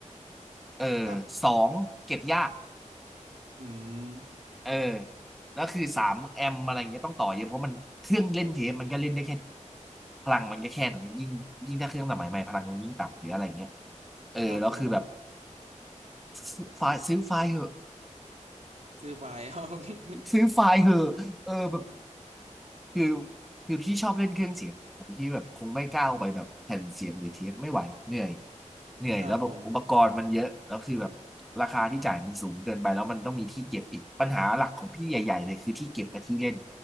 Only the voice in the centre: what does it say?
เออสองเก็บยาก
เออแล้วคือสามแอมอะไรอย่างเงี้ยต้องต่อเยอะเพราะมันเครื่องเล่นเทปมันก็เล่นได้แค่พลังมันก็แค่นั้นยิ่งยิ่งถ้าเครื่องสมัยใหม่พลังมันยิ่งต่ำหรืออะไรอย่างเงี้ยเออแล้วคือแบบ
ซื้อไฟล์ซื้อไฟล์เหอะ
ซื้อไฟล์เหอะเออแบบ คือคือพี่ชอบเล่นเครื่องเสียงแต่พี่แบบคงไม่ก้าวไปแบบแผ่นเสียงหรือเทปไม่ไหวเหนื่อยเหนื่อยแล้วแบบอุปกรณ์มันเยอะแล้วคือแบบ
ราคาที่จ่ายมันสูงเกินไปแล้วมันต้องมีที่เก็บอีกปัญหาหลักของพี่ใหญ่ๆเลยคือที่เก็บกับที่เล่น